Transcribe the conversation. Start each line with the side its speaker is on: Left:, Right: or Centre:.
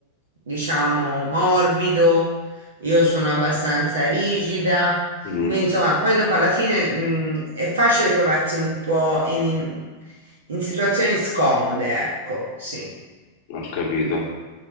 Right: diciamo morbido, io sono abbastanza rigida.
Left: mhm,
Right: Quindi, insomma, poi dopo alla fine, mh, è facile trovarsi un po' in, in in situazioni scomode, ecco, sì.
Left: ho capito.